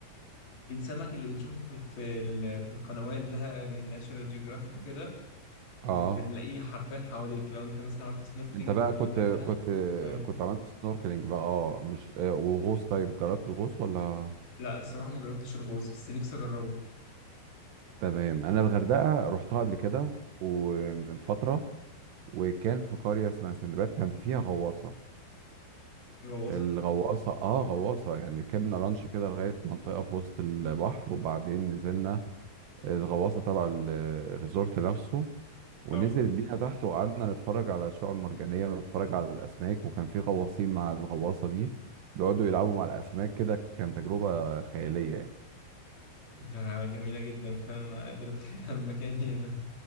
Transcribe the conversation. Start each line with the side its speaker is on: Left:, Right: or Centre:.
Left: والسمك اللي بنشوفه في في, ال- في القنوات ده يعني ناشونال جيوغرافيك وكده
Right: اه
Left: بنلاقيه حرفيا حواليك لو انت مثلا عملت سنوركلينج
Right: انت بقى
Left: في
Right: كنت
Left: الغردقة
Right: كنت
Left: اه
Right: كنت عملت سنوركلينج بقى اه مش آه وغوص طيب جربت الغوص ولا
Left: لا الصراحة ما جربتش الغوص بس نفسي أجربه
Right: تمام انا الغردقه رحتها قبل كده ومن فتره وكان في قريه اسمها سندباد كان فيها غواصه
Left: غواصة
Right: الغواصه اه غواصه يعني ركبنا لانش كده لغايه منطقه في وسط البحر وبعدين نزلنا الغواصه تبع ال- الريزورت نفسه ونزلت
Left: اه
Right: بينا تحت وقعدنا نتفرج على الشعاب المرجانيه ونتفرج على الاسماك وكان في غواصين مع الغواصه دي بيقعدوا يلعبوا مع الاسماك كده كانت تجربه خياليه يعني
Left: ده جميلة جدا فأنا قادر أتخيلها من مكاني هنا